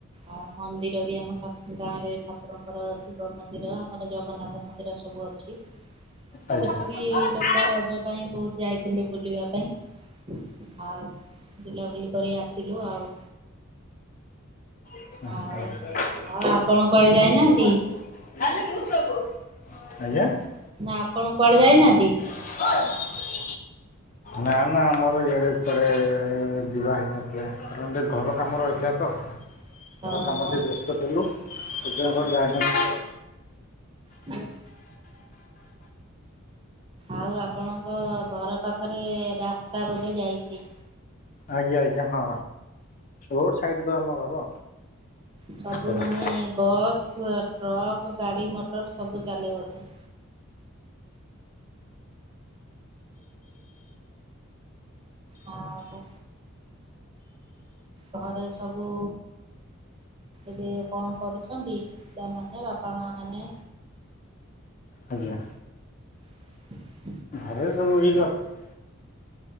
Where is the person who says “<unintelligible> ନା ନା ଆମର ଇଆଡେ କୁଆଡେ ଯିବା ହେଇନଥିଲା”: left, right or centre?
Left